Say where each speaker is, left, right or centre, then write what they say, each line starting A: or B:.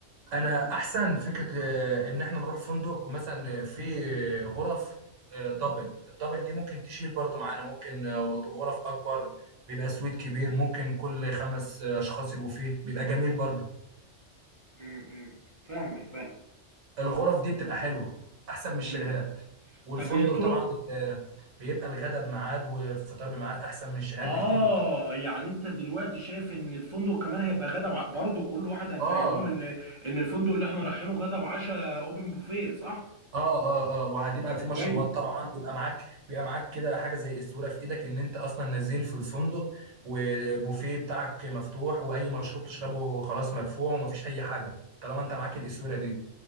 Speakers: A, on the right; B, on the right.
A: انا احسن فكره آه، ان احنا نروح فندق ومثلا في غرف آه، دبل الدبل دي ممكن تشيل برضو معانا ممكن آه، غرف اكبر بيبقى سويت كبير ممكن كل خمس آه، اشخاص يبقوا فيه بيبقى جميل برضو
B: م- م. فاهمك فاهم
A: والغرف دي بتبقى حلوه احسن من الشاليهات
B: م.
A: والفندق
B: طب طرق
A: طبعا آه، بيبقى الغدا بميعاد والفطار بميعاد احسن من الشاليهات
B: اه
A: بكتير
B: يعني انت دلوقتي شايف ان الفندق كمان هيبقى غدا وع... برضه كل واحد هنفهمهم
A: اه
B: ان ان الفندق اللي احنا رايحينه غدا وعشاء اوبن بوفيه صح؟
A: اه اه اه وهتبقى
B: طب
A: في مشروبات
B: كويس
A: طبعا بيبقى معاك بيبقى معاك كده حاجه زي الصوره في ايدك ان انت اصلا نازل في الفندق وبوفيه بتاعك مفتوح واي مشروب تشربه خلاص مدفوع ومفيش اي حاجه طالما انت معاك الاسوره دي